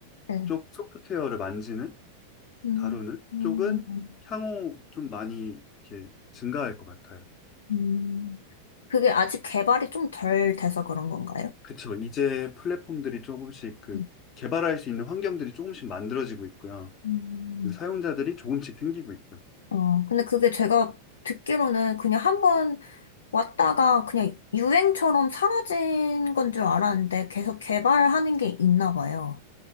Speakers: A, on the left; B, on the left.
A: 네.
B: 쪽 소프트웨어를 만지는,
A: 음,
B: 다루는
A: 음,
B: 쪽은 향후 좀 많이 이렇게 증가할 것 같아요.
A: 음, 그게 아직 개발이 좀 덜 돼서 그런 건가요?
B: 그쵸. 이제 플랫폼들이 조금씩 그
A: 음.
B: 개발할 수 있는 환경들이 조금씩 만들어지고 있고요.
A: 음.
B: 사용자들이 조금씩 생기고 있고요.
A: 어, 근데 그게 제가 듣기로는 그냥 한번 왔다가 그냥 유행처럼 사라진 건 줄 알았는데 계속 개발하는 게 있나 봐요.